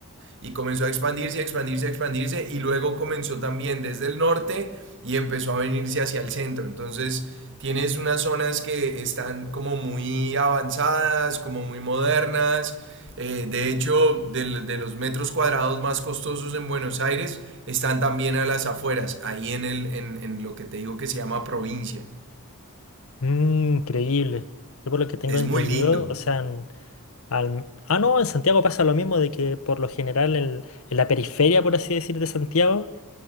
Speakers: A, on the right; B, on the left.
A: y comenzó a expandirse, expandirse, expandirse y luego comenzó también desde el norte y empezó a venirse hacia el centro. Entonces tienes unas zonas que están como muy avanzadas, como muy modernas. Eh, de hecho, de, de, los metros cuadrados más costosos en Buenos Aires están también a las afueras, ahí en, el, en, en lo que te digo que se llama provincia.
B: Mm, increíble. Yo por lo que tengo
A: Es
B: entendido,
A: muy lindo.
B: o sea, en- al- ah, no, en Santiago pasa lo mismo de que por lo general en, en la periferia, por así decir, de Santiago,